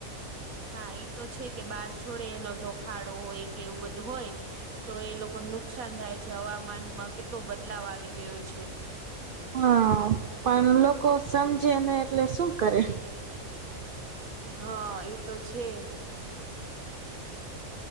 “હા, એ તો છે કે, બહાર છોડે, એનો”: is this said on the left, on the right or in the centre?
Right